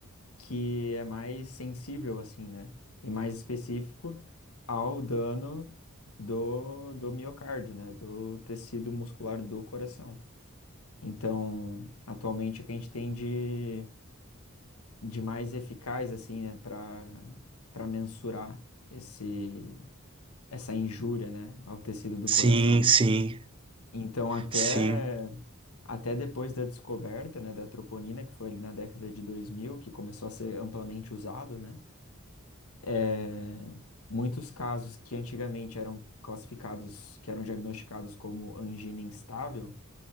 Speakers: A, on the left; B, on the right.
A: que é mais sensível, assim, né? E mais específico ao dano do, do miocárdio, né? Do tecido muscular do coração. Então, atualmente, o que a gente tem de, de mais eficaz, assim, né? Para para mensurar esse, essa injúria, né? Ao tecido do
B: Sim,
A: coração.
B: sim,
A: Então, até
B: sim,
A: Até depois da descoberta, né, da troponina, que foi ali na década de 2000 que começou a ser amplamente usado, né, é, muitos casos que antigamente eram classificados, que eram diagnosticados como angina instável,